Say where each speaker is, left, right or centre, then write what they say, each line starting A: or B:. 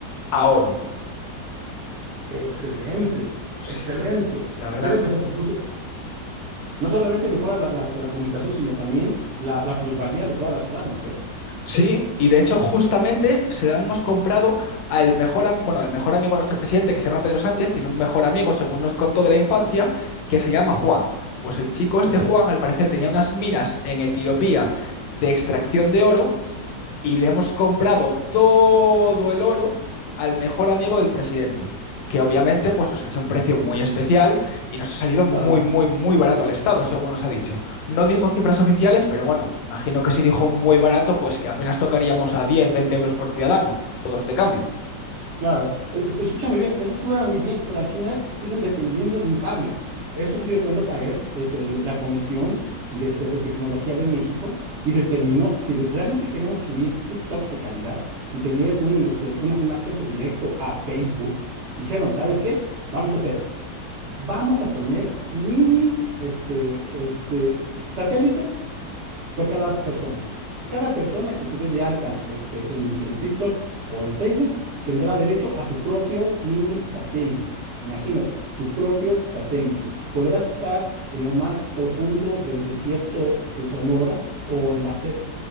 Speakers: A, on the left (about 85°); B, on the right (about 70°).
A: a oro.
B: Excelente,
A: Sí,
B: excelente,
A: La
B: excelente,
A: verdad,
B: porque no, so- no solamente mejora la, la, este, la comunicación, sino también la, la plusvalía de toda la ciudad, ¿no crees?
A: Sí, y de hecho justamente se la hemos comprado al mejor, am- bueno, el mejor amigo de nuestro presidente, que se llama Pedro Sánchez, tiene un mejor amigo, según nos contó de la infancia, que se llama Juan.
B: Sí,
A: Pues el chico este
B: ok,
A: Juan, al parecer, tenía unas minas en Etiopía de extracción de oro y le hemos comprado todo el oro al mejor amigo del presidente, que obviamente pues nos ha hecho un precio muy especial y nos ha salido muy,
B: claro.
A: muy, muy barato al Estado, según nos ha dicho. No dijo cifras oficiales, pero bueno, imagino que si dijo muy barato, pues que apenas tocaríamos a 10, 20 euros por ciudadano, todo este cambio.
B: Claro, es, es que escúchame bien, eso suena muy bien, pero al final siguen dependiendo de un cable. Eso se dio cuenta otra vez este, el- la Comisión de, este, de Tecnología de México y determinó si de- realmente queremos subir TikToks de calidad y tener un, este, una- un acceso directo a Facebook, dijeron, ¿sabes qué? Vamos a hacer esto. Vamos a poner mini este, este, satélites por cada persona. Cada persona que se dé de alta este, en, en TikTok o en Facebook tendrá derecho a su propio mini satélite. Imagínate, tu propio satélite. Podrás estar en lo más profundo del desierto de Sonora o en las